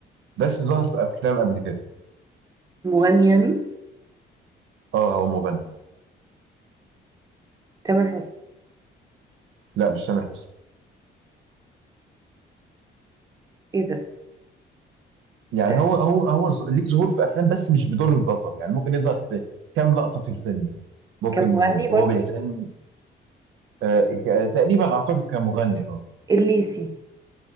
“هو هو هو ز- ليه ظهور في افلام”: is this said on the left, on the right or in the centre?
Right